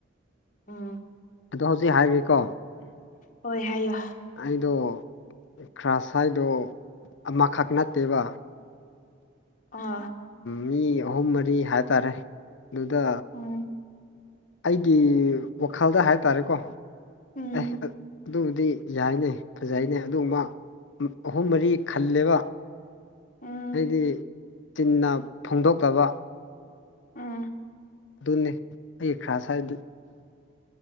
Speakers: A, on the left; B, on the left.
A: ꯎꯝ꯫
B: ꯑꯗꯣ ꯍꯧꯖꯤꯛ ꯍꯥꯏꯔꯒꯦꯀꯣ꯫
A: ꯍꯣꯏ ꯍꯥꯏꯌꯣ꯫
B: ꯑꯩꯗꯣ ꯈ꯭ꯔꯁ ꯍꯥꯏꯗꯣ ꯑꯃꯈꯛ ꯅꯠꯇꯦꯕ꯫
A: ꯑꯥ꯫
B: ꯃꯤ ꯑꯍꯨꯝ ꯃꯔꯤ ꯍꯥꯏꯇꯥꯔꯦ ꯑꯗꯨꯗ꯫
A: ꯎꯝ
B: ꯑꯩꯒꯤ ꯋꯥꯈꯜꯗ ꯍꯥꯏꯇꯥꯔꯦꯀꯣ
A: ꯎꯝ
B: ꯑꯦ ꯑꯠ ꯑꯗꯨꯕꯨꯗꯤ ꯌꯥꯏꯅꯦ ꯐꯖꯩꯅꯦ ꯑꯗꯨꯒꯨꯝꯕ ꯑꯍꯨꯝ ꯃꯔꯤ ꯈꯜꯂꯦꯕ꯫
A: ꯎꯝ
B: ꯍꯥꯏꯗꯤ꯫ ꯆꯤꯟꯅ ꯐꯣꯡꯗꯣꯛꯇꯕ꯫
A: ꯎꯝ
B: ꯑꯗꯨꯅꯦ ꯑꯩ ꯈ꯭ꯔꯁ ꯍꯥꯏꯗꯤ꯫